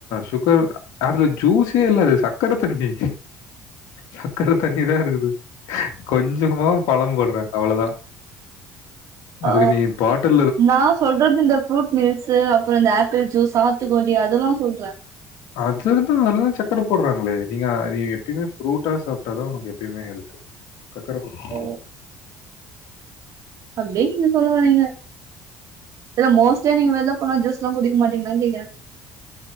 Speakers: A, on the left; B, on the right.
A: சுகர் அதுல ஜூஸே இல்ல சக்கர தண்ணி சக்கர தண்ணி தா இருக்குது கொஞ்சமா பழம் போடுறா அவ்ளதா அதுக்கு
B: ஓ
A: நீ பாட்டல்
B: நா சொல்றது இந்த ஃப்ரூட் மில்ஸு அப்ரோ இந்த ஆப்பிள் ஜூஸ் சாத்துக்கொடி அதெல்லா சொல்றே
A: அதுலதா அதுதா சக்கர போடுறாங்களே நீங்க நீ எப்பயுமே ஃப்ரூட்டா சாப்டாதா உனக்கு எப்பயுமே ஹெல்த்
B: <inaudible>
A: சக்கர பக்
B: ஓ
A: இல
B: அப்டியே நீங்க சொல்ல வரீங்க இல்ல மோஸ்ட்டா நீங்க வெள்ள போனா ஜூஸ்லா குடிக்க மாட்டீங்ளான்னு கேக்றே